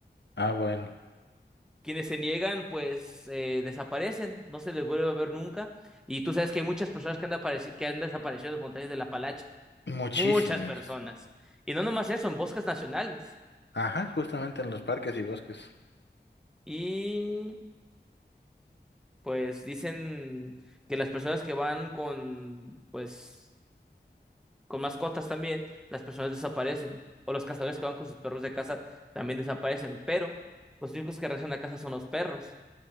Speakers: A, on the left; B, in the centre.
A: Ah, bueno.
B: Quienes se niegan, pues eh, desaparecen, no se les vuelve a ver nunca. Y tú sabes que hay muchas personas que han, desapareci- que han desaparecido en las montañas de la Palacha,
A: Muchísimas.
B: muchas personas. Y no nomás eso, en bosques nacionales.
A: Ajá, justamente en los parques y bosques.
B: Y pues dicen que las personas que van con, pues, con mascotas también, las personas desaparecen. O los cazadores que van con sus perros de casa también desaparecen. Pero los únicos que regresan a casa son los perros,